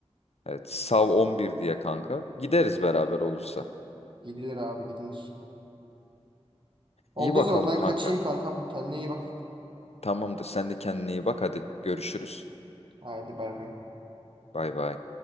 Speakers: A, on the left; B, on the right.
A: Evet. Sav 11 diye kanka. Gideriz beraber olursa.
B: Gidilir abi gidilir. Oldu
A: İyi bakalım
B: o zaman ben
A: kanka.
B: kaçayım kankam. Kendine iyi bak.
A: Tamamdır. Sen de kendine iyi bak. Hadi görüşürüz.
B: Hadi bay bay.
A: Bay bay.